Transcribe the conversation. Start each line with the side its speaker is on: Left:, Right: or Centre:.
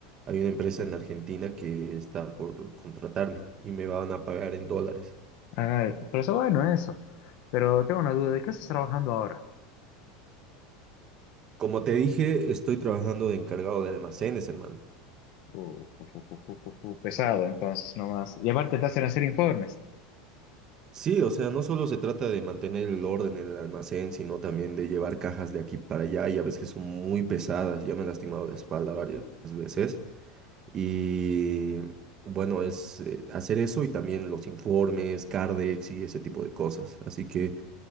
Right: hay una empresa en Argentina que está por contratarme y me van a pagar en dólares.
Left: Ah, pero eso bueno eso. Pero tengo una duda, ¿de qué estás trabajando ahora?
Right: Como te dije, estoy trabajando de encargado de almacenes, hermano.
Left: Uh, uh, uh, uh, uh, uh, pesado, entonces, nomás. Y aparte te hacen hacer informes.
Right: Sí, o sea, no solo se trata de mantener el orden en el almacén, sino también de llevar cajas de aquí para allá y a veces son muy pesadas. Ya me he lastimado la espalda varias veces. Y bueno, es eh, hacer eso y también los informes, Cardex y ese tipo de cosas. Así que...